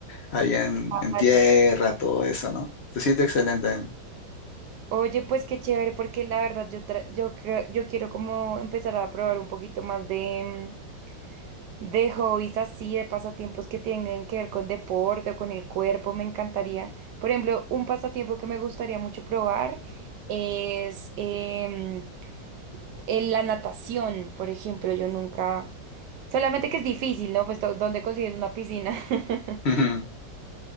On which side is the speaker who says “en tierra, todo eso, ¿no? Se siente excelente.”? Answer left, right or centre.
Left